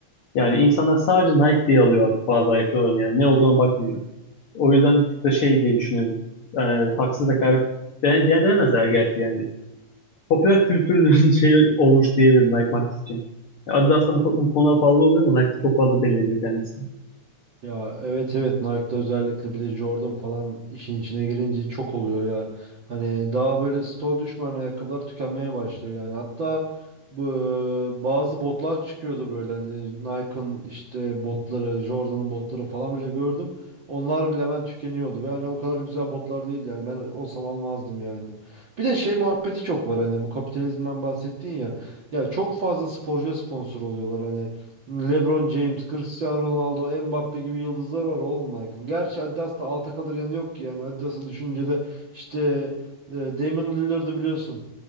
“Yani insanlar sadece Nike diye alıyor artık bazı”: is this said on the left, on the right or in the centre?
Left